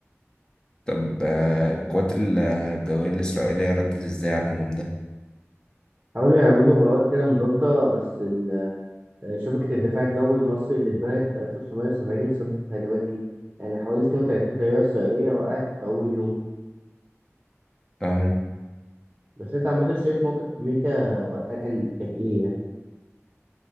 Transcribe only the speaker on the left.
طب آه قوات الجوية الإسرائيلية ردت إزاي على الهجوم ده؟
آه